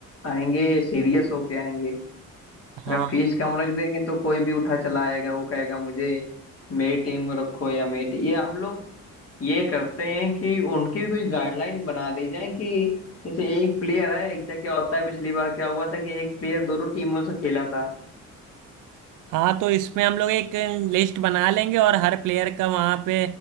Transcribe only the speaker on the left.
आएंगे सीरियस होके आएंगे
अगर फीस कम रख देंगे तो कोई भी उठा चला आएगा वो कहेगा मुझे मेरी टीम को रखो या मेरी टी- ये हम लोग ये करते हैं कि उनकी भी कोई गाइडलाइन बना दी जाए कि जैसे एक प्लेयर है ऐसा क्या होता है पिछली बार क्या हुआ था कि एक प्लेयर दोनों टीमों से खेला था